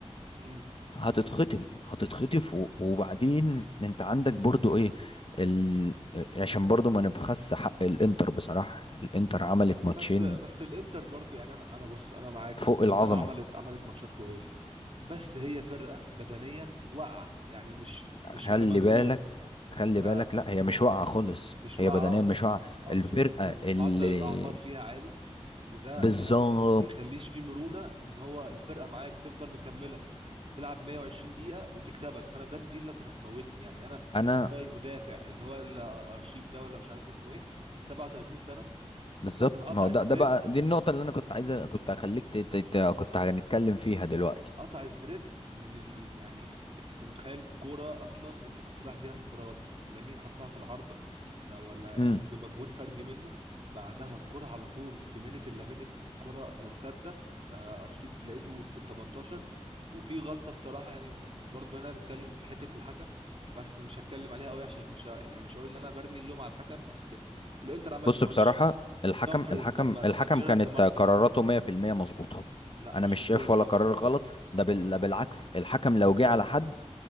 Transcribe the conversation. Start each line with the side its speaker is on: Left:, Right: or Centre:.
Right: مم.
Left: هتتخطف هتتخطف و- وبعدين انت عندك برضو ايه ال... عشان برضو ما نبخس حق الانتر بصراحة الانتر عملت ماتشين
Right: بس بس الانتر برضو يعني انا انا بص انا معاك
Left: فوق
Right: ان الانتر
Left: العظمة
Right: عملت عملت ماتشات كويسه بس هي فرقه بدنيا واقعه يعني مش مش
Left: خلي
Right: كمجهود
Left: بالك خلي
Right: ك
Left: بالك لا هي مش واقعة خالص
Right: مش واقعه
Left: هي بدنيا
Right: اقصد
Left: مش واقعة
Right: اقصد
Left: الفرقة
Right: كمعدل
Left: اللي
Right: الاعمار فيها عالي وده
Left: بالظبط
Right: ده ما يخليش فيه مرونه ان هو الفرقه معاك تفضل مكمله تلعب 120 دقيقه وتكسبك فانا ده دي اللي كنت هتموتني يعني انا
Left: انا
Right: ازاي مدافع اللي هو الارشيب ده ولا مش عارف اسمه ايه 37 سنه
Left: بالظبط
Right: خد- قطع
Left: ما هو ده
Right: سبرنت
Left: ده بقى دي النقطة اللي انا كنت عايزة كنت هخليك ت... ت... ت- كنت هنتكلم فيها دلوقتي
Right: قطع سبرنت من ال... يعني انت متخيل الكوره اصلا انت كنت رايح بيها انفراد لامين حطها في العارضه لا ولا
Left: مم.
Right: أو بمجهود فردي منه بعدها الكوره على طول في منت الا منت الكوره مرتده آه، ارشيب لقيته في ال 18 وفي غلطه الصراحه يعني برضه هنا هنتكلم في حته الحكم بس مش هتكلم عليها قوي عشان مش ه... يعني مش هقول ان انا برمي اللوم على الحكم بس الانتر عملت
Left: بص
Right: ماتش
Left: بصراحة الحكم
Right: دامفرز
Left: الحكم
Right: لما
Left: الحكم
Right: ساعد جيرارد
Left: كانت
Right: مارتن
Left: قراراته 100% مظبوطة
Right: لا
Left: أنا
Right: مش
Left: مش شايف
Right: طول الوقت
Left: ولا قرار غلط ده بال... بالعكس الحكم لو جه على حد